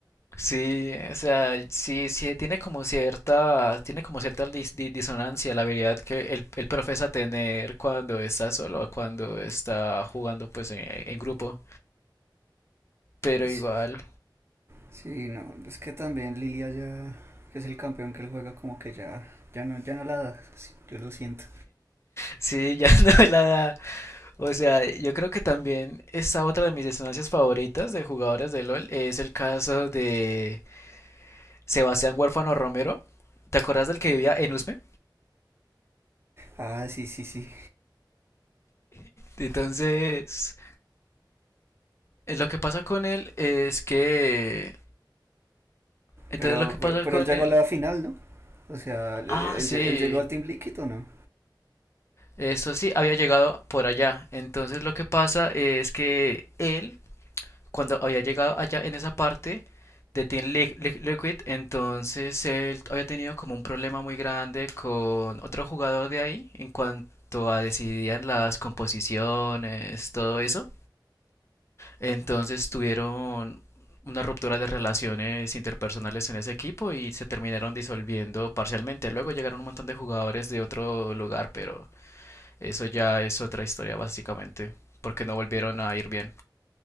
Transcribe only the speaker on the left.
Sí, o sea, sí, sí tiene como cierta, tiene como cierta dis- di- disonancia la habilidad que él, él profesa tener cuando está solo a cuando está jugando pues en, en grupo. Pero
igual,
sí, ya <laughs> no me la da. O sea, yo creo que también esta otra de mis disonancias favoritas de jugadores de LOL es el caso de Sebastián Huérfano Romero. ¿Te acuerdas del que vivía en Usme?
<laughs> Entonces, eh, lo que pasa con él es que Entonces
lo que pasa
con
él,
ah,
sí,
esto sí, había llegado por allá. Entonces lo que pasa es que él, cuando había llegado allá en esa parte de Team Liqu- Liqu- Liquid, entonces él había tenido como un problema muy grande con otro jugador de ahí en cuanto a decidían las composiciones, todo eso. Entonces tuvieron una ruptura de relaciones interpersonales en ese equipo y se terminaron disolviendo parcialmente. Luego llegaron un montón de jugadores de otro lugar, pero eso ya es otra historia básicamente, porque no volvieron a ir bien.